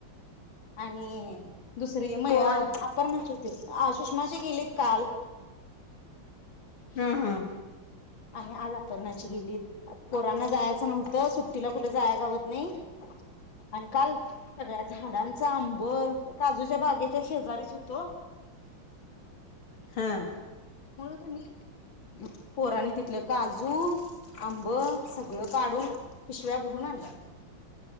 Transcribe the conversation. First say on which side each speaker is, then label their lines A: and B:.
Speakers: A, on the left (about 70°); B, on the left (about 85°).
A: आणि दुसरी <unintelligible>
B: कोण
A: अपरणाची तेच सुषमाची गेलीत काल
B: हा हा
A: आणि आज अपरणाची गेलीत पोरांना जायचं नव्हतं सुट्टीला कुठ जायाय गावत नाही आणि काल सगळ्या झाडांचा आंब काजूच्या बागेच्या शेजारीच होतो
B: हा.
A: कुणी पोरानी तिथलं काजू आंब सगळं काढून पिशव्या भरून आणल्या.